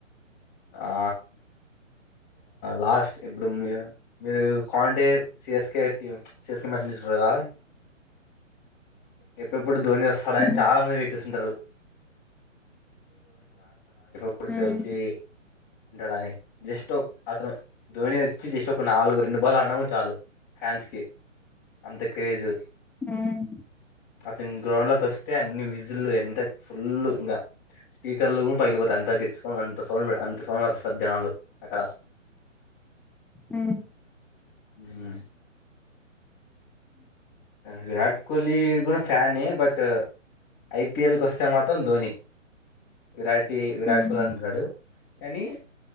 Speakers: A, on the left (about 25°); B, in the centre.
A: ఆ లాస్ట్ ఇప్పుడు మీరు మీరు కాంటే సిఎస్కే టీం సిఎస్కే మ్యాచ్ చూసరు కదా ఎప్పుడెప్పుడు ధోని వస్త <unintelligible> <unintelligible> తడాయిలు
B: హ్మ్
A: ఫూడ్సి
B: హ్మ్
A: వచ్చి ఉంటాడని జస్ట్ అతను ధోని వచ్చి జస్ట్ ఒక నాలుగు రెండు బాల్లు ఆడినా కూడా చాలు ఫ్యాన్స్ కి అంత క్రేజు
B: హ్మ్
A: అతను గ్రౌండ్ లో కొస్తే అన్నీ విజిల్ ఫుల్ ఎంత ఫుల్లు ఇంక స్పీకర్లు కూడా పగిలిపోతాయి అంత గట్టి సౌ అంత సౌండ్ అంత సౌండ్ అస్తది జనాలు అక్కడ
B: హ్మ్
A: హ్మ్ విరాట్ కోహ్లీ కూడా ఫ్యానే బట్ ఐపిఎల్ కి వస్తే మాత్రం ధోని విరాటి విరాట్
B: హ్మ్
A: కోహ్ అంటన్నాడు కానీ